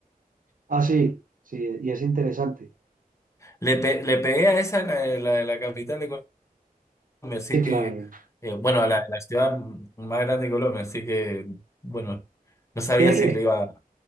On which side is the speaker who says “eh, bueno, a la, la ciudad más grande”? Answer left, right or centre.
Left